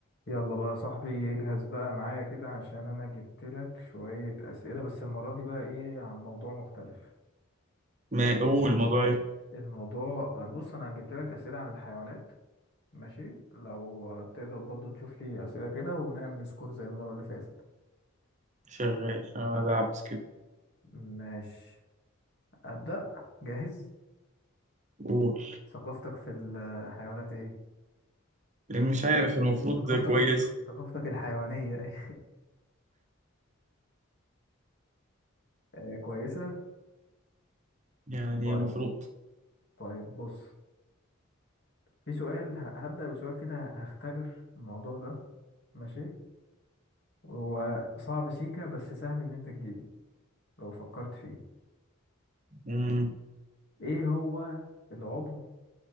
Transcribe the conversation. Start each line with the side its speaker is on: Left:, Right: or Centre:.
Left: يلا بقى يا صاحبي اجهز بقى معايا كده عشان انا جبت لك شوية اسئلة بس المرة دي بقى ايه عن موضوع مختلف
Right: ما قول الموضوع
Left: الموضوع بص انا جبت لك اسئلة عن الحيوانات ماشي لو تقدر برضو تشوف لي اسئلة كده ونعمل سكور زي المرة اللي فاتت
Right: شغال ألعب سكيب
Left: ماشي ابدأ جاهز
Right: قول
Left: ثقافتك في الحيوانات ايه
Right: مش عارف المفروض
Left: ثقافتك
Right: كويس
Left: ال... ثقافتك الحيوانية <laughs> كويسة
Right: يعني
Left: طيب
Right: المفروض
Left: طيب بص في سؤال ه- هبدأ بسؤال كده هختبر الموضوع ده ماشي هو صعب سيكا بس سهل ان انت تجيبه لو فكرت فيه
Right: مم.
Left: ايه هو العضو